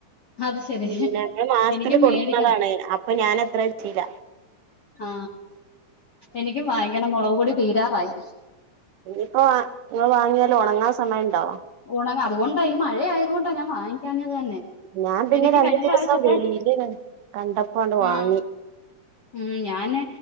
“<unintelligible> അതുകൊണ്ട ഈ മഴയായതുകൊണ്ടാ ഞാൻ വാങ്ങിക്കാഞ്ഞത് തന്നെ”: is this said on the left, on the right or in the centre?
Left